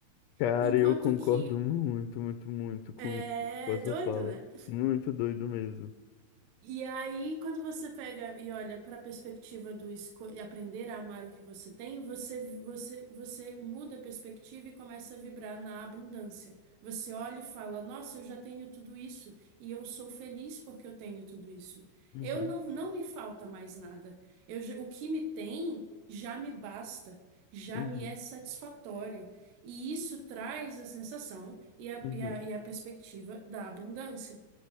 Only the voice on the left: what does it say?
Cara,
eu concordo
muito, muito, muito com,
com a sua
fala.
Muito doido mesmo.
Uhum.
Uhum.
Uhum.